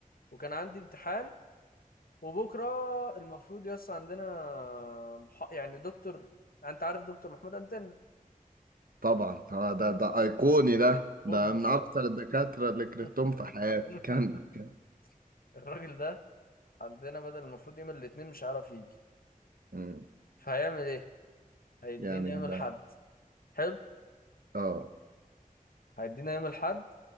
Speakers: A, on the left (about 80°); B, on the right (about 75°).
A: وكان عندي امتحان وبكرة المفروض يس عندنا مح- يعني دكتور انت عارف دكتور محمود انتن
B: طبعا آه، ده ده ايقوني ده ده
A: بوني
B: من
A: مش
B: اكثر
A: عارف
B: الدكاتره اللي كرهتهم
A: <laughs>
B: في حياتي <laughs> كان كان
A: الراجل ده عندنا بدل المفروض يوم الاثنين مش عارف يجي
B: مم.
A: فهيعمل ايه هيدينا
B: يعمل
A: يوم الاحد
B: ده
A: حلو
B: اه
A: هيدينا يوم الاحد